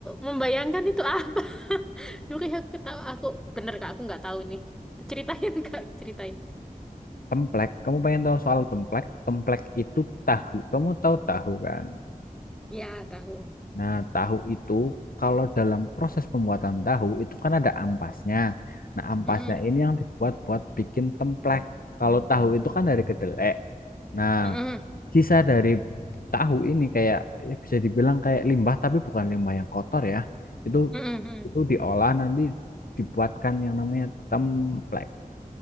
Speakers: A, in the centre; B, on the left.
A: membayangkan itu apa. <laughs> Dulu kayak aku ketawa, aku bener Kak, aku nggak tahu nih. Ceritain Kak, ceritain.
B: Templek, kamu pengen tahu soal templek? Templek itu tahu. Kamu tahu tahu kan?
A: Ya, tahu.
B: Nah, tahu itu kalau dalam proses pembuatan tahu itu kan ada ampasnya. Nah, ampasnya
A: Mm-mm.
B: ini yang dibuat buat bikin templek. Kalau tahu itu kan dari kedelai. Nah,
A: Mm-mm.
B: sisa dari tahu ini kayak ya bisa dibilang kayak limbah tapi bukan limbah yang kotor ya. Itu
A: Mm-mm.
B: itu diolah nanti dibuatkan yang namanya templek.